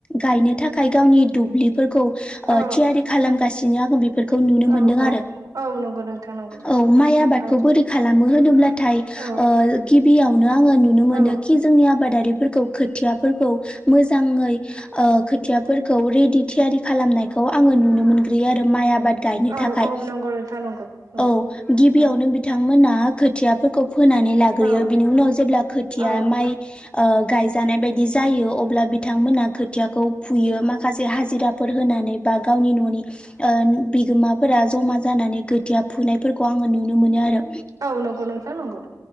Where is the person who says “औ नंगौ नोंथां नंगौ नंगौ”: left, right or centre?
Right